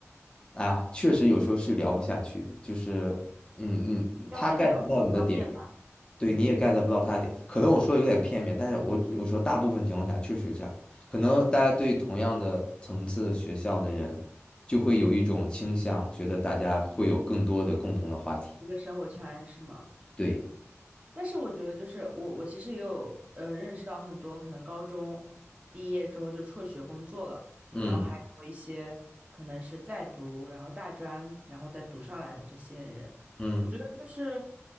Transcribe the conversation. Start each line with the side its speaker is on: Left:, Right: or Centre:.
Left: 哎呀，确实有时候是聊不下去的，就是，嗯嗯，
Right: 要看聊什么方面吧。
Left: 他 get 不到你的点，对，
Right: 嗯，
Left: 你也 get 不到他的点，可能我说的有点片面，但是我我说大部分情况下确实这样，可能大家对同样的层次学校的人，就会有一种倾向，觉得大家会有更多的共同的话题。
Right: 一个生活圈是吗？
Left: 对，
Right: 但是我觉得，就是我我其实也有呃认识到很多可能高中毕业之后就辍学工作了，
Left: 嗯
Right: 然后还有一些可能是在读，然后大专，然后再读上来的这些人，
Left: 嗯
Right: 我觉得就是